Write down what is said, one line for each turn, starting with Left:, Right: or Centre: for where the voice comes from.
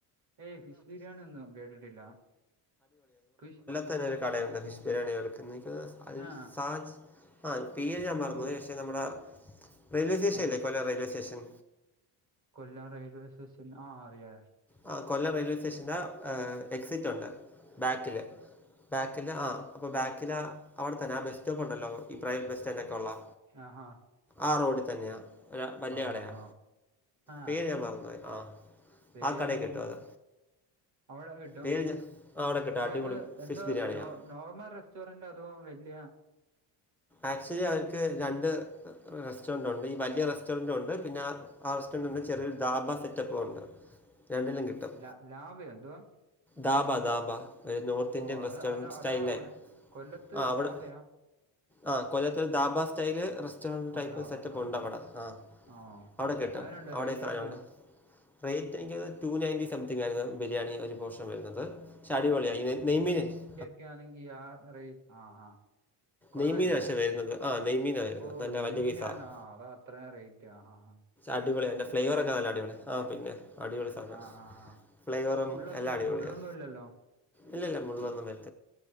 Right: ഏയ് ഫിഷ് ബിരിയാണി ഒന്നും കേട്ടിട്ടില്ല ഫിഷ്
Centre: തന്ന ഒരു കടയുണ്ട് ഫിഷ് ബിരിയാണികിട്ടുന്ന അൽസാജ
Right: ആ
Centre: ആ പേര് ഞാൻ മറന്നു
Right: ഓ
Centre: പോയി പക്ഷേ നമ്മുടെ റെയിൽവേ സ്റ്റേഷൻ
Right: ആ
Centre: ഇല്ലേ കൊല്ല railway station
Right: Kollam railway station ആഹ അറിയ
Centre: ആ കൊല്ലം റെയിൽവേ സ്റ്റേഷന്റെ എക്സിറ്റ് ഉണ്ട് ബാക്കില് ബാക്കില് ആ അപ്പൊ ബാക്കില അവിടെ തന്നെ ബസ് സ്റ്റോപ്പ് ഉണ്ടല്ലോ ഈ പ്രൈവറ്റ് ബസ് സ്റ്റൻഡ് ഒക്കെ ഉള്ളാ
Right: ആഹഹാ
Centre: ആ റോഡിൽ തന്നെയാ വല്യ കടയാ
Right: ഓ ഓ ആ
Centre: പേര് ഞാൻ മറന്നു പോയി ആ
Right: പേര്
Centre: ആ കടയിൽ കിട്ടും അത്
Right: അവിടെ കിട്ടും
Centre: പേര് ഞാൻ ആ അവിടെ കിട്ടും
Right: അല്ല
Centre: അടിപൊളി
Right: അത് എന്താ
Centre: ഫിഷ് ബിരിയാണിയാണ്
Right: നോ നോർമൽ റെസ്റ്റോറന്റ് അതോ വല്യ
Centre: ആക്ച്വലി അവർക്ക് രണ്ട് റെസ്റ്റോറൻറ് ഉണ്ട്. ഈ വലിയ റെസ്റ്റോറൻറ് ഉണ്ട്. പിന്നെ റെസ്റ്റോറന്റ് ഉണ്ട് ചെറിയൊരു ദാബ സെറ്റപ്പും ഉണ്ട്. രണ്ടിലും കിട്ടും
Right: ലാ ലാവയോ എന്തുവാ
Centre: ദാബ ദാബ. ഒരു നോർത്ത്
Right: ഓ
Centre: ഇന്ത്യൻ റെസ്റ്റോറൻറ്
Right: അത് അതാ
Centre: സ്റ്റൈലേ
Right: അതാ അവിടെ കൊല്ലത്ത്
Centre: ആ അവിടെ
Right: ഗാവയാ
Centre: ആഹ് കൊല്ലത്ത് ഒരു ദാബ സ്റ്റൈല് റെസ്റ്റോറന്റ്
Right: ഓ
Centre: ടൈപ്പ്
Right: ധാബ
Centre: സെറ്റപ്പ്
Right: ആ
Centre: ഉണ്ട്. അവിടെ ആ
Right: ഓ
Centre: അവിടെ കെട്ടും
Right: എങ്ങനുണ്ട്
Centre: അവിടെ
Right: റേറ്റ്
Centre: ഈ സാനുണ്ട്.
Right: ഒക്കെയോ
Centre: റേറ്റ് എനിക്ക്ത് ടു നയൻറ്റി സംതിംഗ് ആയിരുന്നു. ബിരിയാണി ഒരു പോർഷൻ വരുന്നത്. ശാടി പൊളിയായി <unintelligible>
Right: ക്ക്യാണെങ്കി ആറ് <unintelligible> ആഹ് ആഹ് കൊള്ള
Centre: നെയ്മീനാണ്
Right: അല്ലേ
Centre: പക്ഷെ വരുന്നത് ആ നെയ്മീനാണ് വരുന്നത്
Right: ഓഹ്
Centre: നല്ല
Right: നെയ്മീനാണോ.
Centre: വലിയ പീസാണ്
Right: അതാ അത്രേ റേറ്റ്. ആഹ് ആഹ്
Centre: അടിപൊളിയ ഇന്റെ ഫ്ലേവറൊക്കെ നല്ല അടിപൊളി ആ പിന്നെ. അടിപൊളി സാന
Right: ആ ആ ആ
Centre: ഫ്ലേവറും
Right: മുള്ളൊക്കെയോ
Centre: എല്ലാം അടിപൊളിയാ.
Right: മുള്ളൊന്നും ഇല്ലല്ലോ
Centre: ഇല്ല ഇല്ല മുള്ള് ഒന്നും വര